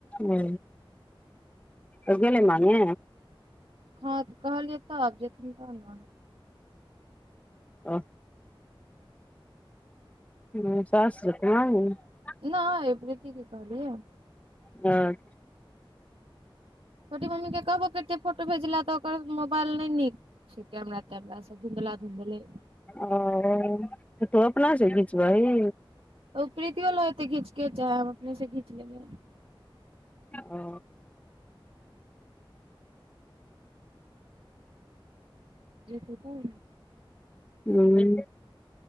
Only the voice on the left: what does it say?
ओ त गेले मामी।
अह हु सास जेत <unintelligible>
हँ।
ओ त तू अपना स घीचबही।
ओ।
हू।